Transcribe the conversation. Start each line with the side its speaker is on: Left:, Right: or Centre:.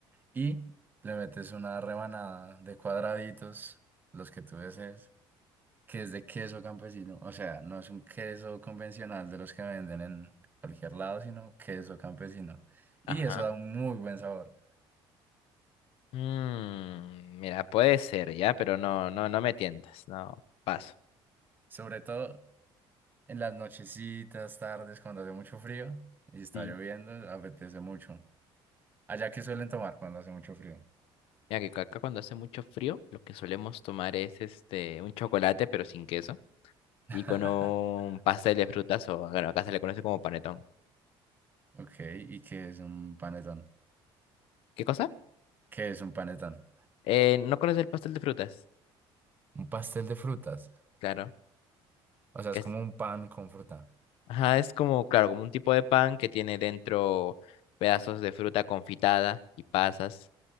Right: y le metes una rebanada de cuadraditos, los que tú desees, que es de queso campesino. O sea, no es un queso convencional de los que venden en cualquier lado, sino queso campesino. Y
Left: Ajá.
Right: eso da un muy buen sabor,
Left: Mm, mira, puede ser ya, pero no, no, no me tientas, no, paso.
Right: sobre todo en las nochecitas, tardes, cuando hace mucho frío y está
Left: Sí.
Right: lloviendo, apetece mucho. Allá que suelen tomar cuando hace mucho frío.
Left: Mira que acá cuando hace mucho frío, lo que solemos tomar es este un chocolate pero sin queso
Right: <laughs>
Left: y con un pastel de frutas o bueno, acá se le conoce como panetón.
Right: Ok, ¿y qué es un panetón?
Left: ¿Qué cosa?
Right: ¿Qué es un panetón?
Left: Eh, ¿no conoces el pastel de frutas?
Right: Un pastel de frutas.
Left: Claro,
Right: O sea,
Left: que
Right: es
Left: es,
Right: como un pan con fruta,
Left: ajá, es como claro, como un tipo de pan que tiene dentro pedazos de fruta confitada y pasas.